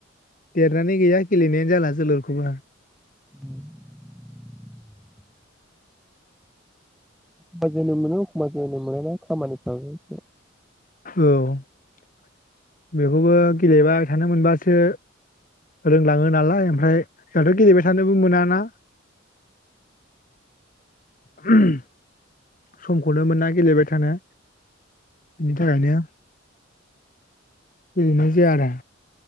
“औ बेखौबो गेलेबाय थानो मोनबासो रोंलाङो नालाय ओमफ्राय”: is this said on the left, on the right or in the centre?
Left